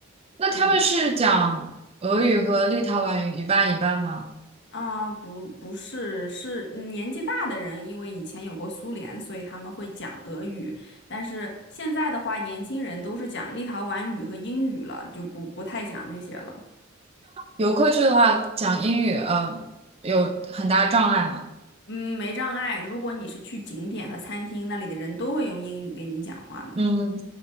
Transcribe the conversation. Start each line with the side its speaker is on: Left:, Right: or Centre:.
Right: 那他们是讲俄语和立陶宛语一半一半吗？
Left: 嗯。啊、不，不是，是嗯年纪大的人，因为以前有过苏联，所以他们会讲俄语。但是现在的话，年轻人都是讲立陶宛语和英语了，就不不太讲那些了。
Right: 游客去的话讲英语，呃，有很大障碍吗？
Left: 嗯，没障碍。如果你是去景点和餐厅，那里的人都会用英语跟你讲话的。
Right: 嗯。